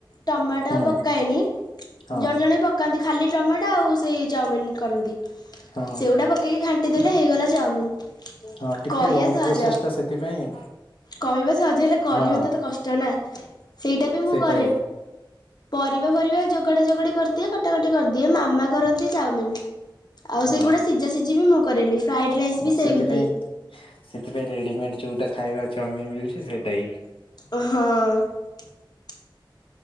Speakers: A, on the left; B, on the left.
A: ଟମାଟୋ
B: ହୁଁ
A: ପକାଏନି।
B: ହଁ
A: ଜଣେ ଜଣେ ପକାନ୍ତି, ଖାଲି ଟମାଟୋ ଆଉ ସେଇ ଚାଓମିିନ କରନ୍ତି।
B: ହଁ
A: ସେଗୁଡା ପକେଇକି ଘାଣ୍ଟି ଦେଲେ ହେଇଗଲା ଚାଉମିନ।
B: ହଁ, ଟିକେ
A: କହିବା
B: ଲଙ୍ଗ
A: ସହଜ
B: ପ୍ରୋସେସ ଟା ସେଥିପାଇଁ
A: କହିବା ସହଜ ହେଲେ କରିବା
B: ହଁ
A: ତ ତ କଷ୍ଟ ନା। ସେଇଟା ବି ମୁଁ କ
B: ଟେ
A: ପରିବା ଫରିବା ଯୋଗାଡ ଯୋଗଡ଼ି କରିଦିଏ କଟାକଟି କରିଦିଏ। ମାମା କରନ୍ତି ଚାଉମିନ। ଆଉ
B: ହଁ
A: ସେଗୁଡା ସିଝା ସିଝି ବି ମୁଁ କରେନି। ଫ୍ରାଏଡ ରାଇସ୍ ବି ସେମିତି
B: ସେଥିପାଇଁ ସେଥିପାଇଁ ରେଡିମେଡ୍ ଯୋଉଟା ଖାଇବା ଚଉମି ମିଳୁଛି ସେଇଟା ହି।
A: ହଁ।